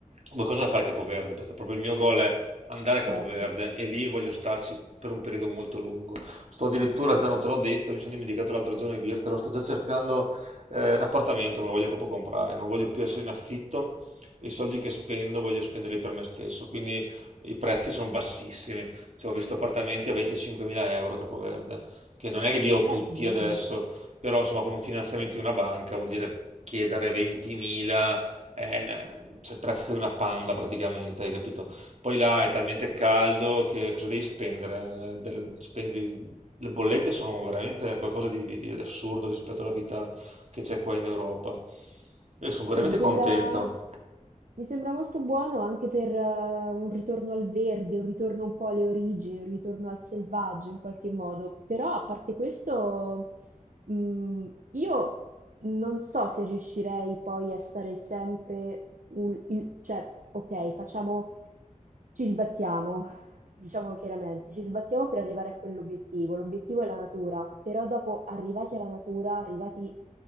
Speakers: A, on the right (about 60°); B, on the right (about 80°).
A: due cose da fare a Capoverde, perché proprio il mio goal è andare a Capoverde
B: certo.
A: e lì voglio starci per un periodo molto lungo. Sto addirittura, già non te l'ho detto, mi sono dimenticato l'altro giorno di dirtelo, sto già cercando eh, un appartamento, me lo voglio proprio comprare, non voglio più essere in affitto, i soldi che spendo voglio spenderli per me stesso, quindi i prezzi sono bassissimi. Cioè, ho visto appartamenti a 25.000 euro a Capoverde, che non è che li ho
B: Beh,
A: tutti
B: buono.
A: adesso, però insomma con un finanziamento di una banca vuol dire chiedere 20.000 eh, la- c'è il prezzo di una panda praticamente, hai capito? Poi là è talmente caldo che cosa devi spendere? Delle- spendi- le bollette sono veramente qualcosa di, di- di assurdo rispetto alla vita che c'è qua in Europa. Io sono
B: Sì,
A: veramente
B: mi sembra,
A: contento.
B: mi sembra molto buono anche per eh, un ritorno al verde, un ritorno un po' alle origini, un ritorno al selvaggio in qualche modo. Però a parte questo, mh, io non so se riuscirei poi a stare sempre, un- il- cioè, ok, facciamo, ci sbattiamo, Diciamolo chiaramente, ci sbattiamo per arrivare a quell'obiettivo, l'obiettivo è la natura, però dopo arrivati alla natura, arrivati